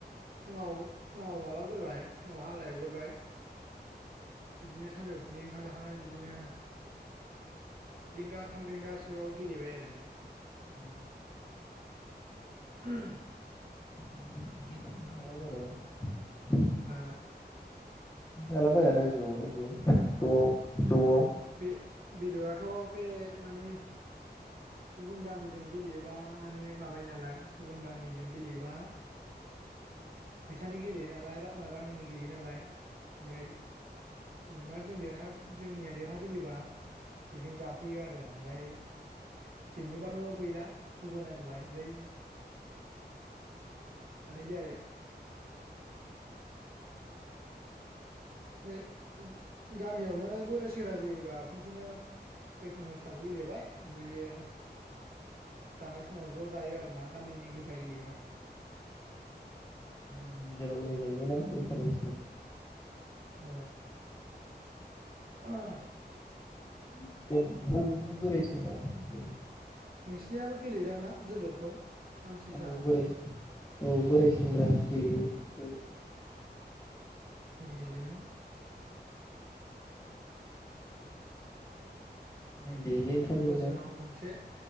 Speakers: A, on the right (about 60°); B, on the left (about 20°).
A: फुङाव फुङाव माबागोरबाय फुङाव हाग्रा एवगोरबाय बिदिनो सानजौफुनि ओंखाम जाखांनानै बिदिनो <unintelligible> थाम रिंगासोआव गेलेबाय आरो
B: औ
A: <unintelligible>
B: <unintelligible>
A: हा
B: हाला बाया आरो रायजोआव ओरै ज' ज'आव
A: बे बेदराथ' बे माने गुबुन गामिजों गेलेयोबा माने माबायो नालाय गुबुन गामिजों गेलेयोबा फैसानि गेलेयो नालाय रांनि गेलेयो नालाय माने जेनेबा जों देरहा जोंनिया देरहाबोयोबा बेजों जाफैयो आरो ओमफ्राय जेनबोबाथ' गैला होबोनांबाय ओमफ्राय जानाय जाया आरो ओमफ्राय गामियावनो बोराय सेंग्रा जायोबा खनसेनो जैखोमनि खेलाखौ गेलेबाय ओमफ्रायो जानाय समाव ज' जायो आरोना गामिनि गोजा गेलेयोबा
B: गामिनि गेजेराव मोजां जाहैबाय ना इन्टारनेट
A: औ औ
B: <unintelligible>
A: नोंसिनियाबो गेलेयोदां ना जोलुरखौ आमथिसुवा
B: औ
A: समाव
B: बोराय औ बोराय सेंग्रा गेलेयो
A: गेलयो ना
B: रायजोयैनो ओंखारजोबोना
A: बोसोराव खनसे